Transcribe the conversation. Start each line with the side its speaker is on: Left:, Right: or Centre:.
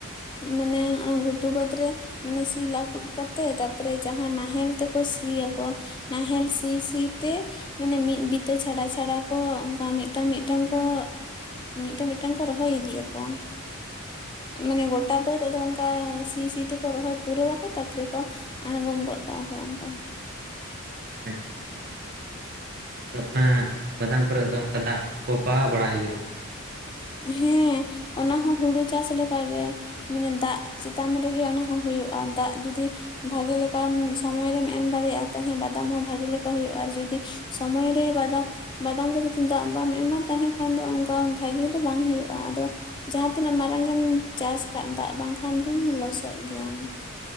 Left: ᱢᱟᱱᱮ ᱱᱚᱜ ᱜᱩᱴᱩ ᱵᱟᱹᱫᱽ ᱨᱮ ᱢᱟᱱᱮ ᱥᱤ ᱞᱟᱹᱦᱩᱫ ᱠᱟᱛᱮᱜ ᱛᱟᱯᱚᱨᱮ ᱡᱟᱦᱟᱸ ᱱᱟᱦᱮᱞ ᱛᱮᱠᱚ ᱥᱤᱭᱟᱣᱟ ᱠᱚ ᱱᱟᱦᱮᱞ ᱥᱤ ᱥᱤ ᱛᱮ ᱢᱟᱱᱮ ᱢᱤᱫ ᱜᱤᱛᱟᱹ ᱪᱷᱟᱲᱟ ᱪᱷᱟᱲᱟ ᱠᱚ ᱚᱱᱠᱟ ᱢᱤᱫᱴᱟᱝ ᱢᱤᱫᱴᱟᱝ ᱠᱚ ᱢᱤᱫᱴᱟᱝ ᱢᱤᱫᱴᱟᱝ ᱠᱚ ᱨᱚᱦᱚᱭ ᱤᱫᱤᱭᱟᱠᱚ ᱢᱟᱱᱮ ᱜᱚᱴᱟ ᱵᱟᱹᱫᱽ ᱟᱫᱚ ᱚᱱᱠᱟ ᱥᱤ ᱥᱤ ᱛᱮᱠᱚ ᱨᱚᱦᱚᱭ ᱯᱩᱨᱟᱹᱣᱟᱠᱚ ᱛᱟᱯᱚᱨᱮ ᱠᱚ ᱟᱬᱜᱚᱢ ᱜᱚᱫ ᱠᱟᱜᱼᱟ ᱠᱚ ᱚᱱᱠᱟ
Right: ᱟᱪ ᱟᱫᱚ ᱚᱱᱟ ᱵᱟᱫᱟᱢ ᱠᱚᱨᱮ ᱫᱚ ᱚᱱᱠᱟ ᱫᱟᱜ ᱠᱚ ᱯᱟᱣᱟ ᱵᱟᱲᱟᱭ ᱦᱩᱭᱩᱜ
Left: ᱦᱮᱸ ᱚᱱᱟ ᱦᱚᱸ ᱦᱩᱲᱩ ᱪᱟᱥ ᱞᱮᱠᱟᱜ ᱜᱮ ᱢᱟᱱᱮ ᱫᱟᱜ ᱪᱮᱛᱟᱱ ᱨᱮᱜᱮ ᱚᱱᱟᱦᱚ ᱦᱩᱭᱩᱜᱼᱟ ᱫᱟᱜ ᱡᱩᱫᱤ ᱵᱷᱟᱜᱮ ᱞᱮᱠᱟᱢ ᱥᱚᱢᱚᱭᱨᱮᱢ ᱮᱢ ᱫᱟᱲᱮᱭᱟᱜᱼᱟ ᱛᱮᱦᱮ ᱵᱟᱫᱟᱢ ᱦᱚᱸ ᱵᱷᱟᱜᱮ ᱞᱮᱠᱟ ᱦᱩᱭᱩᱜᱼᱟ ᱟᱨ ᱡᱩᱫᱤ ᱥᱚᱢᱚᱭ ᱨᱮ ᱵᱟᱫᱟᱢ ᱵᱟᱫᱟᱢ ᱨᱮ ᱡᱩᱫᱤ ᱫᱟᱜ ᱵᱟᱢ ᱮᱢᱟ ᱛᱟᱦᱮᱸ ᱠᱷᱟᱱ ᱫᱚ ᱚᱱᱠᱟ ᱵᱷᱟᱜᱮ ᱵᱟᱝ ᱦᱩᱭᱩᱜᱼᱟ ᱟᱫᱚ ᱡᱟᱦᱟᱸ ᱛᱤᱱᱟᱹᱜ ᱢᱟᱨᱟᱝ ᱜᱮᱢ ᱪᱟᱥ ᱟᱠᱟᱫ ᱫᱟᱜ ᱵᱟᱝᱠᱷᱟᱱ ᱫᱚᱢ ᱞᱚᱥᱚᱜ ᱜᱮᱭᱟᱢ